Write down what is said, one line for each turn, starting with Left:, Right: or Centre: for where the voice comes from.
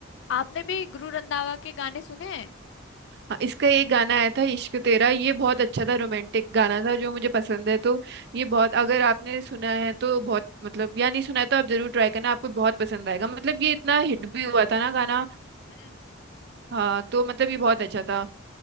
Left: आपने भी गुरु रंधावा के गाने सुने हैं
Right: हाँ इसका एक गाना आया था इश्क तेरा ये बहुत अच्छा था रोमांटिक गाना था जो मुझे पसंद है तो ये बहुत अगर आपने सुना है तो बहुत मतलब या नहीं सुना है तो आप जरूर ट्राई करना आपको बहुत पसंद आएगा मतलब ये इतना हिट भी हुआ था ना गाना
Left: हम्म,
Right: हाँ तो मतलब ये बहुत अच्छा था